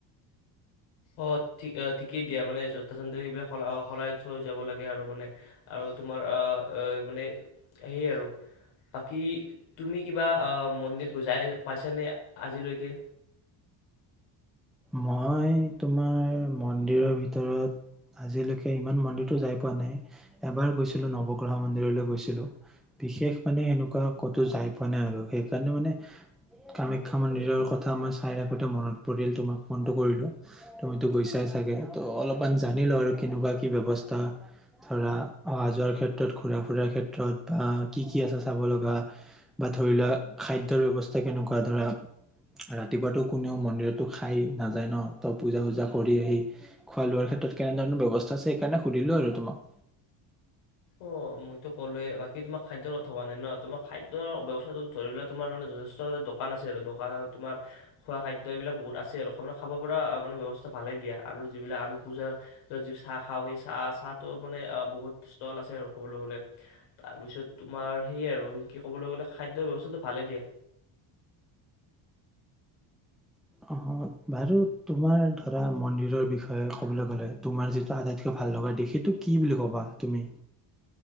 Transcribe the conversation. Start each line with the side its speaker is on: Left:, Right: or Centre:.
Left: অ 'ঠিকেই দিয়া মানে জোতা চেণ্ডেল সেইবিলাক সলাই যাব লাগে আৰু মানে আৰু তোমাৰ আৰু মানে সেয়ে আৰু বাকী তুমি কিবা অ' মন্দিৰ যাই পাইছানে আজিলৈকে?
Centre: মই তোমাৰ মন্দিৰৰ ভিতৰত আজিলৈকে ইমান মন্দিৰতটো যাই পোৱা নাই। এবাৰ গৈছিলো নৱগ্ৰহ মন্দিৰলৈ গৈছিলো, বিশেষ মানে সেনেকুৱা ক'তো যাই পোৱা নাই আৰু সেইকাৰণে মানে কামাখ্যা মন্দিৰৰ কথা আমাৰ চাই থাকোতে মনত পৰিল তোমাৰ। ফোনটো কৰিলো, তুমিতো গৈছাই চাগে ত' অলপমান জানিলো আৰু কেনেকুৱা কি ব্যৱস্থা ধৰা অহা যোৱাৰ ক্ষেত্ৰত ঘুৰা ফুুৰাৰ ক্ষেত্ৰত বা কি -কি আছে চাব লগা বা ধৰি লোৱা খাদ্যয়ৰ ব্যৱস্থা কেনেকুৱা ধৰা ৰাতিপুৱাতটো কোনেও মন্দিৰতো খাই। নাযায় ন ত' পূজা চূজা কৰি আহি খোৱা লোৱাৰ ক্ষেত্ৰত কেনেধৰণৰ ব্যৱস্থা আছে সেইকাৰণে সুধিলো আৰু তোমাক।
Left: অ' মইতো ক'লোৱয়ে বাকী তোমাক খাদ্যৰ কথা হোৱা নাই ন, তোমাৰ খাদ্যৰ ব্যৱস্থাটো ধৰি লোৱা তোমাৰ মানে যথেষ্ট দোকান আছে আৰু দোকান আৰু তোমাৰ খোৱা খাদ্য এইবিলাক বহুত আছে খাব পৰা মানে ব্যৱস্থা ভালেই দিয়া। আৰু যিবিলাক আমি পূজাৰ য চাহ খাওঁ সেই চাহ চাহো মানে বহুত আছে আৰু কবলৈ গলে তাৰ পিছত তোমাৰ সেইয়া আৰু কবলৈ গলে খাদ্যৰ ব্যৱস্থাটো ভালে দিয়া।
Centre: অ' বাৰু তোমাৰ ধৰা মন্দিৰৰ বিষয়ে কবলৈ গ'লে তোমাৰ যিটো আটাইতকৈ ভাল লগা দিশ সেইটো কি বুলি কবা তুমি?